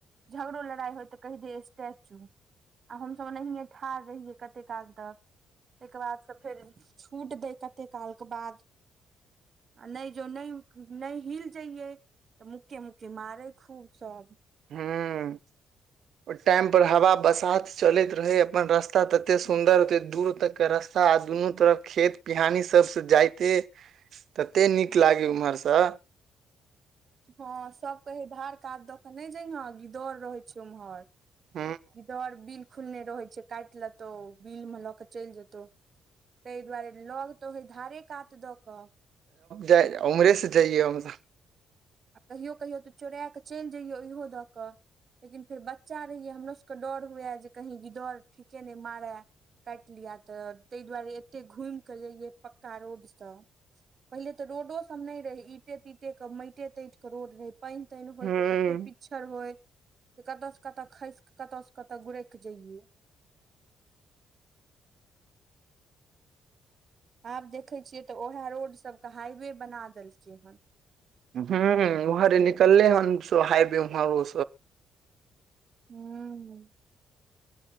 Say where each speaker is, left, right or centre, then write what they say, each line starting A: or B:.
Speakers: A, on the right (about 45°); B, on the right (about 65°).
A: झगड़ो लड़ाई होय तऽ कहि दिये स्टेचू आ हमस ओनाहिये ठाढ़ रहियै कते काल तक ताहिके बाद से फेर छूट देै कते कालकऽ बाद आ नहि जो नहि नहि हिल जइयए तऽ मूकिय मूकिय मारे खूब सब
B: हूं ओ टाइम पर हवा बसात चलैत रहे अपन रस्ता तते सुंदर ओते दूर तक कऽ रस्ता ा दुनू तरफ खेत पिहानी सबस जाइते तते नीक लागे ओम्हरसँ
A: हँ सब कहे धार कात दऽ के नहि जाइहे गिदर रहे छै उम्हर
B: हूं
A: गिदर बिल खुलने रहै छै काटि लेतौ बिल मऽ लऽ के चलि जेतौ ताहि दुआरे लग तऽ होेय धारे कात दऽ कऽ
B: जा उमरे से जाइयए हमसब
A: आ कहियो कहियो तऽ चोरा कऽ चलि जइयौ उहो दऽ कऽ लेकिन फेर बच्चा रहियै हमरो सबके डर हुए जे कही गिदर ठीके नहि मारय काटि लििया तऽ ताहि दुआरे एते घुमि कऽ जइये पक्का रोडसँ पहिले तऽ रोडो सब नहि रहे इंटे तीटे के माटे तेट के रोड रहे पानि तानि होय
B: हूं
A: तते प पिछर होइ जे कतऽ से कतऽ खस क कतऽ से कतऽ गुरैक जइयए आब देखे छियै तऽ उएहे रोड सबके हाइवे बना देलकै हन
B: ह वहरे निकलले हन सो हायी उहर ओ
A: हू